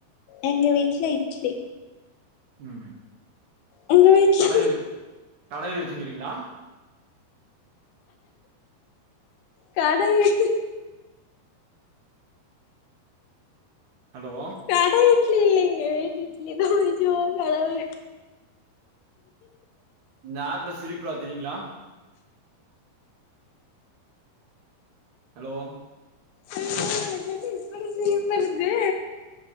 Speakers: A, on the left (about 75°); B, on the right (about 70°).
A: எங்க வீட்ல இட்லி
B: ம்
A: உங்க வீட்ல
B: கடைவின் கடைவி வச்சுகிறீங்ளா
A: கடைவி
B: ஹலோ
A: கடை இட்லி இல்லிங்க வீட்டு இட்லிதா அய்யோ கடவுளே
B: இந்த ஆப்ல சிரிக் கூடாது தெரியுங்ளா ஹலோ
A: அய்யோ எனக் என்ன இப்பிடி சிரிப் வருதே